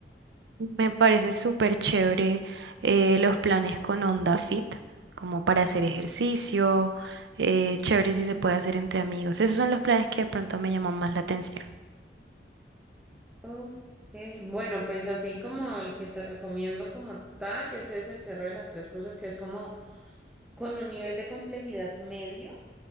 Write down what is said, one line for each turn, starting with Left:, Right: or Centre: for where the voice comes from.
Right: Me parece súper chévere eh, los planes con Onda Fit, como para hacer ejercicio, eh, chévere si se puede hacer entre amigos. Esos son los planes que de pronto me llaman más la atención.
Centre: Ok, Bueno, pues así como el que te recomiendo como tal, ese es el Cerro de las Tres Cruces, que es como con un nivel de complejidad medio.